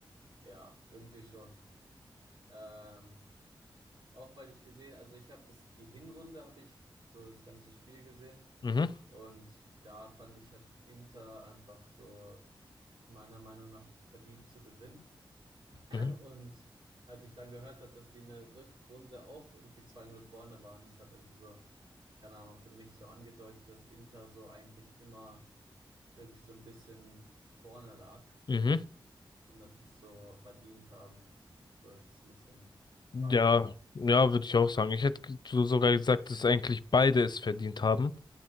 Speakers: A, on the right; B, on the left.
A: ja, irgendwie schon. Ähm, auch weil ich gesehen, also ich habe das, die Hinrunde habe ich so das ganze Spiel gesehen
B: Mhm,
A: und da fand ich, hat Inter einfach so meiner Meinung nach verdient zu gewinnen.
B: mhm,
A: Und als ich dann gehört habe, dass die in der Rückrunde auch irgendwie zwei null vorne waren, das hat irgendwie so, keine Ahnung, für mich so angedeutet, dass Inter so eigentlich immer irgendwie so ein bisschen vorne lag.
B: mhm.
A: und dass sie es so verdient haben. So habe ich das ein bisschen
B: Ja,
A: wahrgenommen.
B: ja, würde ich auch sagen. Ich hätte so- sogar gesagt, dass eigentlich beide es verdient haben.